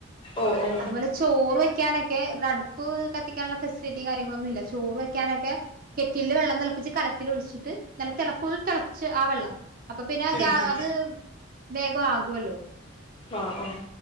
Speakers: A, on the left (about 25°); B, on the right (about 45°).
A: ഓ ഓ
B: അതുപോലെ ചോറ് വെക്കാനൊക്കെ ഇവിടെ അടുപ്പ് കത്തിക്കാൻള്ള ഫെസ്ലിറ്റി കാര്യങ്ങളൊന്നുല്ല ചോറ് വെക്കാനൊക്കെ കെറ്റില്ല് വെള്ളം തെളപ്പിച്ച് കലത്തിലൊഴിച്ചിട്ട് നല്ല തെള ഫുൾ തെളച്ച് ആ വെള്ളം അപ് അപ്പ പിന്നെ
A: ഉം ഉം
B: അത് വേഗ ആകോല്ലോ
A: അഹ് ആഹ്